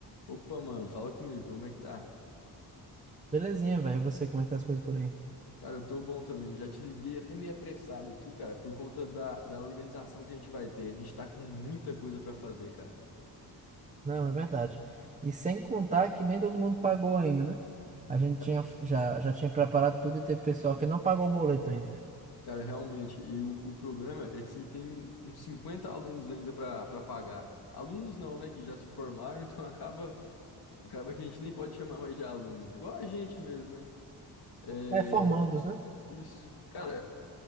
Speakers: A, on the left; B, on the right.
A: Opa, mano, fala comigo, como é que tá?
B: Belezinha, velho. E você, como é que tá as coisas por aí?
A: Cara, eu tô bom também. Já te liguei até meio apressado aqui, cara, por conta da, da organização que a gente vai ter. A gente tá com muita coisa pra fazer, cara.
B: Não, é verdade. E sem contar que nem todo mundo pagou ainda, né? A gente
A: Ca-
B: tinha, já, já tinha preparado tudo e teve pessoal que não pagou o boleto ainda.
A: Cara, realmente, e o, o problema é que tem um- uns 50 alunos ainda pra, pra pagar. Alunos não, né, que já se formaram, <laughs> então acaba, acaba que a gente nem pode chamar mais de aluno. Igual a gente mesmo, né? É,
B: É, formandos, né?
A: isso. Cara,